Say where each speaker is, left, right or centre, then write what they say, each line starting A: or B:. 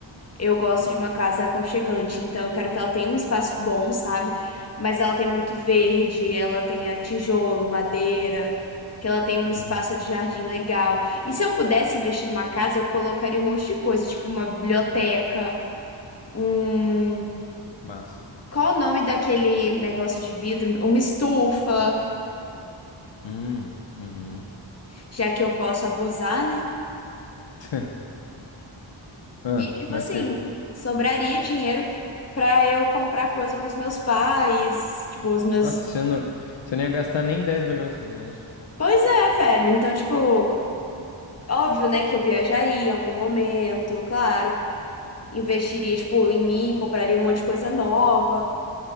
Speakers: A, on the left (about 35°); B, on the left (about 70°).
A: Eu gosto de uma casa aconchegante, então eu quero que ela tenha um espaço bom, sabe? Mas ela tem muito verde, ela tenha tijolo, madeira, que ela tenha um espaço
B: Uhum.
A: de jardim legal. E se eu pudesse investir numa casa, eu colocaria um monte de coisa, tipo uma biblioteca, um...
B: Massa.
A: Qual o nome daquele negócio de vidro? Uma estufa.
B: Hum, uhum.
A: já que eu posso abusar, né?
B: <laughs> Ah,
A: E, tipo
B: mas
A: assim,
B: o quê?
A: sobraria dinheiro pra eu comprar coisa pros meus pais, tipo, os meus.
B: Nossa, você não, você não ia gastar nem 10 milhões fazendo isso.
A: Pois é, velho. Então, tipo, óbvio, né, que eu viajaria em algum momento, claro. Investiria, tipo, em mim, compraria um monte de coisa nova.